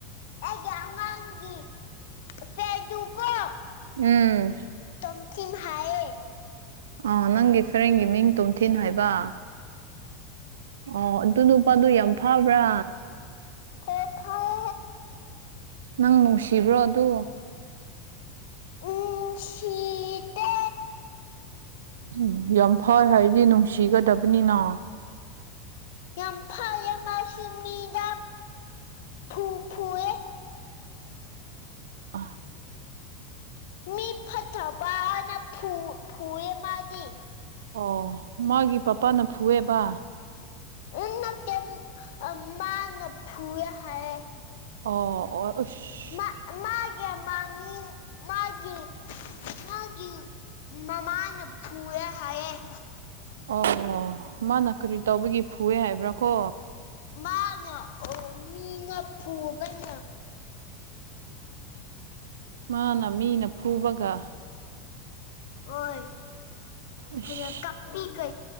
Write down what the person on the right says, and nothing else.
ꯎꯝ
ꯑ ꯅꯪꯒꯤ ꯐ꯭ꯔꯦꯟꯒꯤ ꯃꯤꯡ ꯇꯣꯝꯊꯤꯟ ꯍꯥꯏꯕ ꯑꯣ ꯑꯗꯨ ꯅꯨꯄꯥꯗꯨ ꯌꯥꯝ ꯐꯥꯕ꯭ꯔꯥ
ꯅꯪ ꯅꯨꯡꯁꯤꯕ꯭ꯔꯣ ꯑꯗ
ꯎꯝ ꯌꯥꯝ ꯐꯋ ꯍꯥꯏꯗꯤ ꯅꯨꯡꯁꯤꯒꯗꯕꯅꯤꯅ
ꯑ
ꯑꯣ ꯃꯥꯒꯤ ꯄꯄꯥꯅ ꯐꯨꯑꯦꯕ
ꯑꯣ ꯑꯣ ꯑꯁ
ꯑꯣ ꯃꯥꯅ ꯀꯔꯤ ꯇꯧꯕꯒꯤ ꯐꯨꯑꯦ ꯍꯥꯏꯕ꯭ꯔꯥ ꯀꯣ
ꯃꯥꯅ ꯃꯤꯅ ꯐꯨꯕꯒ
ꯑꯁ